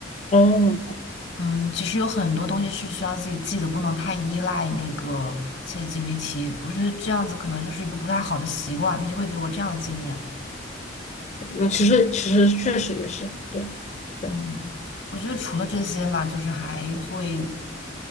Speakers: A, on the left (about 35°); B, on the left (about 65°).
A: 哦，
B: 嗯，其实有很多东西是需要自己记的，不能太依赖那个 ChatGPT。不是这样子可能就是一个不太好的习惯，他就会给我这样的经验。
A: 那其实其实确实也是，对。对
B: 嗯，我觉得除了这些吧，就是还会，